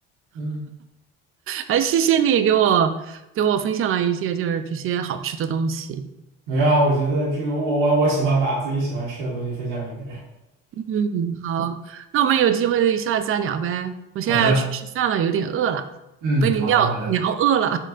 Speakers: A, on the right (about 80°); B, on the right (about 45°).
A: 嗯，
B: 哎，谢谢你给我给我分享了一些就是这些好吃的东西。
A: 没有啊，我觉得这个我我我喜欢把自己喜欢吃的东西分享给别人。
B: 嗯，好，那我们有机会下次再聊呗。我现在要去吃饭了，
A: 好的。
B: 有点饿了，
A: 嗯，
B: 被你聊聊饿了。
A: 好的好的，